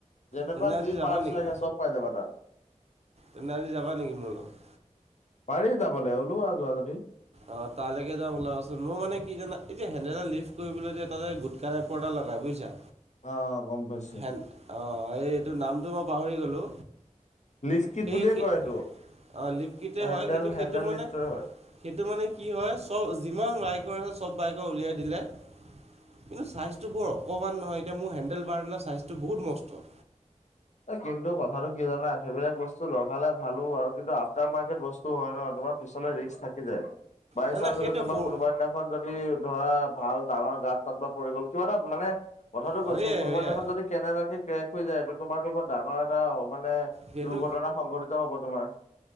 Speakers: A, on the left (about 65°); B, on the right (about 55°).
A: যেনেকুৱা
B: তেনে আজি
A: যি
B: যাবা
A: পাৰটচ
B: নেকি?
A: লাগে চব পাই যাবা তাত।
B: তেনে আজি যাবা নেকি মোৰ লগত।
A: পাৰি যাবলে ওলোৱা যোৱা যদি।
B: অ' তালৈকে যাম ওলাবাচোন মই মানে কি জানা, এই হেন্দেল ডাল লিভ কৰিবলৈ তাতে গোটকা পৰ্দা লগাই বুজিছা
A: অ অ গম পাইছো
B: হেন অ এইটো নামটো মই পাহৰি গলোঁ।
A: লিফ কিট
B: সেই
A: বুলিয়ে
B: সেই
A: কয় এইটো
B: অ লিফকিতে
A: হেণ্ডেল
B: হয় কিন্তু
A: হেণ্ডেল
B: সেইটো মানে।
A: লিফ্টৰ হয়।
B: সেইটো মানে কি হয়, চব যিমান বাইকৰ আছে চব বাইকৰ উলিয়াই দিলে। কিন্তু ছাইজটো বৰ অকণমান নহয় এতিয়া মোৰ হেণ্ডেল বাৰ্ডনৰ ছাইজটো বহুত মষ্ট।
A: কিন্তু কথাটো কি জানা, সেইবিলাক বস্তু লগালে ভালো আৰু কিন্তু আফটাৰ মাৰ্কেট বস্ তো হয় ন তোমাৰ পিছলে ৰিস্ক থাকি যায় বাই
B: নাই
A: চান
B: নাই সেইটোৱে
A: যদি তোমাৰ
B: সৰু
A: কোনোবা দিনা খন যদি ধৰা ভাল ডাঙৰ গাত তাত বা পৰি গ'ল কিবা এটা মানে কথাটো
B: হয়ে
A: কৈছো কোনোবা
B: সেয়ে
A: দিনাখনত যদি কেনেবাকে কেৰেক হৈ যায় এইটো তোমাৰতো বৰ ডাঙৰ এটা মানে
B: সেইটো
A: দুৰ্ঘটনা সংঘটিত হব তোমাৰ